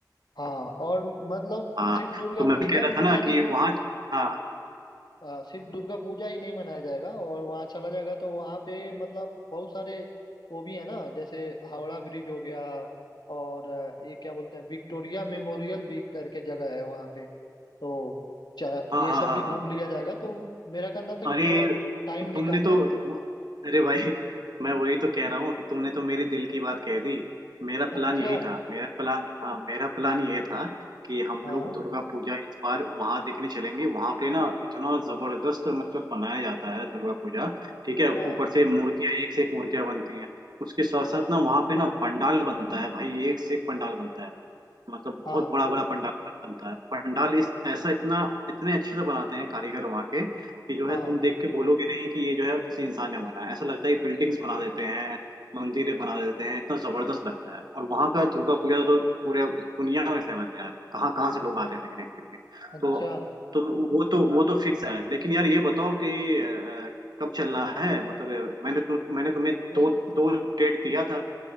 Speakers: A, on the left; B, on the right.
A: हाँ और मतलब
B: हाँ
A: सिर्फ दुर्गा
B: तो मैं
A: पूजा
B: भी कह रहा था
A: मनाने
B: ना कि
A: को
B: वहाँ हाँ
A: आ, सिर्फ दुर्गा पूजा ही नहीं मनाया जाएगा और वहाँ चला जाएगा तो वहाँ पे मतलब बहुत सारे वो भी है ना जैसे हावड़ा ब्रिज हो गया और आ, ये क्या बोलते हैं विक्टोरिया मेमोरियल भी करके जगह है वहाँ पे तो चा-
B: हाँ
A: ये
B: हाँ
A: सब
B: हाँ
A: भी घूम
B: हाँ
A: लिया जाएगा तो मेरा कहना था कि
B: अरे
A: थोड़ा टाइम निकालना
B: तुमने तो अरे भाई मैं वही तो कह रहा हूँ कि तुमने तो मेरे दिल की बात कह दी मेरा
A: अच्छा
B: प्लान यही था मेरा प्लान हाँ मेरा प्लान ये था कि हम
A: हाँ
B: लोग दुर्गा पूजा इस बार वहां देखने चलेंगे वहां पे ना इतना जबरदस्त मतलब बनाया जाता है दुर्गा पूजा ठीक है
A: हाँ
B: ऊपर से मूर्तियां एक से एक मूर्तियां बनती हैं उसके साथ साथ ना वहां पे ना पंडाल बनता है भाई एक से एक पंडाल बनता है मतलब बहुत
A: हाँ
B: बड़ा बड़ा पंडाल मत बनता है पंडाल इस ऐसा इतना इतने अच्छे से बनाते हैं कारीगर वहाँ के कि जो
A: हाँ
B: है तुम देख के बोलोगे नहीं कि ये जो है किसी इंसान ने बनाया है। ऐसा लगता है कि बिल्डिंग्स बना देते हैं मंदिरें बना देते हैं इतना जबरदस्त लगता है और वहाँ का दुर्गा पूजा तो पूरे दुनिया में फेमस है यार कहाँ कहाँ से लोग आते हैं देखने के लिए
A: अच्छा
B: तो तो वो तो वो तो फिक्स है लेकिन यार ये बताओ कि अ, कब चलना है मतलब मैंने तु, मैंने तुम्हें
A: नहीं
B: दो दो डेट दिया था